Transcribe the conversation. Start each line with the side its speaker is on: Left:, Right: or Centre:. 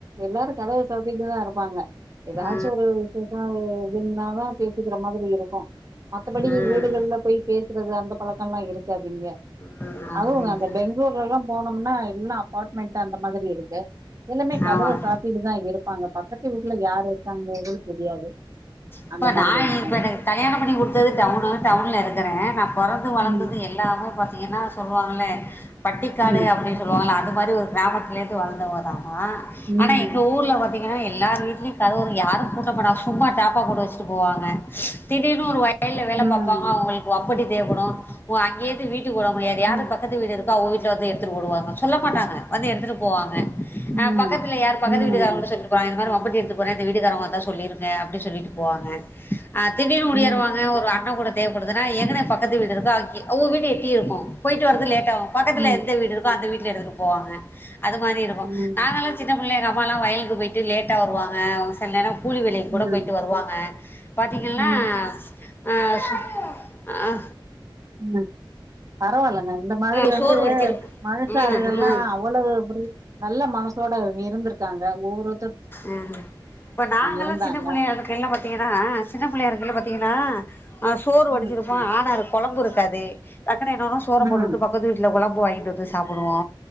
Right: எல்லாரு கதவ சபிங்கதாருப்பாங்க ஏதாச்சு
Left: ஆ
Right: ஒரு விசேச ஒரு டின்னதா பேசிகறமாரி இருக்கோ மத்தபடி
Left: ம்
Right: வீடுகல்லபோய் பேஸ் அந்த பழக்கம்லா இருக்காதீங்களே
Left: ஆ
Right: அதுவும்
Left: அப்டிங்களா
Right: அந்த பெங்களூர்ல எல்லா போனம்னா எல்லா அபார்ட்மெண்ட் அந்த மாதிரி இருக்கு எல்லாமே கதவ
Left: ஆமா
Right: சாத்திட்டுதா இருக் பாங்க பக்கத்து வீட்ல யாரு இருக்காங்கன்னு கூட தெரியாது
Left: இப்ப
Right: அந்த மாதிரி
Left: நா
Right: இருக்கும்.
Left: இப்ப கல்யாண பண்ணி கொடுத்தது டவுனு டவுன்ல இருக்கறே நா பொறந்து வளர்ந்தது
Right: ம்,
Left: எல்லாம் இப்ப பாத்தீங்கன்னா சொல்லுவாங்களே பட்டிக்காடு
Right: ம்,
Left: அப்டி சொல்லுவாங்கள்ள அது மாரி ஒரு கிராமத்லேர்ந்து வளந்தவதா ஆ
Right: ம்,
Left: ஆனா எங்க ஊர்ல பாத்தீங்கனா எல்லார் வீட்லயு கதவு யாரு பூட்டாபடாது சும்மா டப்பாபோடு சிட்டு போவாங்க திடீர்னு ஒரு வை வயல வேல
Right: ம்,
Left: பாப்பாங்க அவங்களுக்வாங் எப்புடி தேவபடு ஓ அங்கேந்து வீட் டுக்கூட முடியாது யாரு
Right: ம்.
Left: பக்கத்து வீடு இருக்கா <unintelligible> வந்து எடுத்துட்டு ஓடுவாங்க சொல்ல மாட்டாங்க வந்து எடுத்துட்டு போவாங்க
Right: ம்.
Left: அ பக்கத்துல யார் பக்கத்து
Right: ம்.
Left: வீட்டுக்காரங்கள்ட்ட சொல்ட்டு போவாங்க இந்த மாரி ஒங் மம்முட்டி எடுத்துட்டு போற இந்த வீட்டுக்காரவங்க வந்தா சொல்லிருங்க அப்டி சொல்லிட்டு போவாங்க அதுவே ஒடியாருவாங்க
Right: ம்.
Left: ஒரு அன்னக்கூட தேவப்படுதுனா எங்கன்ன பக்கத்து வீடு இருக்கோ அங்கே அவுங்க வீட்லயு எட்டி இருக்கு போயிட்டு வர்றது லேட் டாகு பக்கத்துல
Right: ம்.
Left: எந்த வீடுருக்கோ அந்த வீட் அந்த எடத்துக்கு போவாங்க அத மாரியிருக்கு
Right: ம்.
Left: நாங்களா சின்ன புள்ளைங்க அம்மாலா வயலுக்கு போயிட்டு லேட்டா வருவாங்க ஒருசில நேரோ கூலி வேலைக்கு
Right: ம்.
Left: கூட போயிட்டு வருவா ங்க பாத்தீங்கன்னா
Right: ம்.
Left: அ சுத் அ
Right: ம்மு பரவால்ல நீங்க அந்த மாதிரி
Left: ஆ,
Right: வந்து
Left: சோறு வடிச்சிருப்போம்
Right: மனசாளுகல்லா
Left: ம் ம்
Right: அவ்வளவு நல்ல மனஸ் உங்களோட இருந்துருக்காங்க ஒவ்வொரு
Left: ம் இப்ப நாங்கல்லா
Right: இருந்தாங்க.
Left: சின்ன புள்ளையா இருக்கையில பாத்தீங்கன்னா சின்ன புள்ளையா இருக்கில பாத்தீங்கன்னா அ சோறு வடிச்சிருப்போ
Right: ம். ம்.
Left: ஆனா ரு கொழம்புருக்காது டக்குனு என்னோரு சோற
Right: ம்.
Left: போட்டுட்டு பக்கத்து வீட்டுல கொழம்பு வாங்கி இது இது சாபுடுவோ